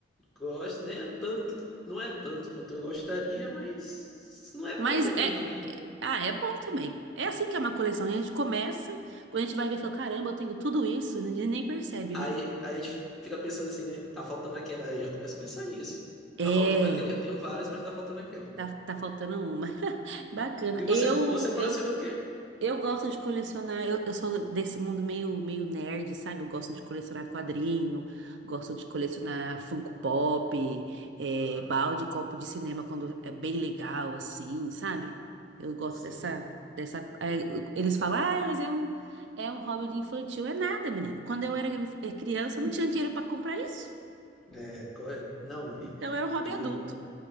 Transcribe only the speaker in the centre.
gosto, nem é tanto, não é tanto quanto eu gostaria, mas não é tão
pouquinho
também.
Aí
a gente fica pensando assim, né? Tá faltando aquela. Aí já começa a pensar nisso. Tá
faltando aquela. Já tenho várias, mas tá faltando aquela.
E você,
você coleciona
o quê?
Aham,
sim.
É, correto. Não, e,
e.